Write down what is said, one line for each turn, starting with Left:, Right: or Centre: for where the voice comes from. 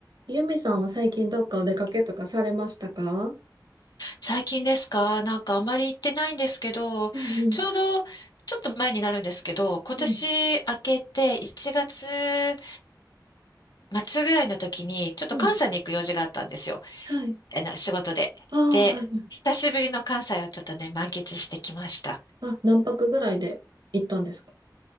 Right: ゆみさんは最近どっかお出かけとかされましたか
Left: 最近ですかなんかあまり行ってないんですけど、
Right: うんうん、
Left: ちょうどちょっと前になるんですけど、今年明けて1月
Right: うん、
Left: 末ぐらいの時に、ちょっと関西に行く用事があったんですよ。
Right: うん。はい。
Left: あの仕事で。
Right: ああ、
Left: で、
Right: はい。はい
Left: 久しぶりの関西をちょっとね、満喫してきました。
Right: あ、何泊ぐらいで行ったんですか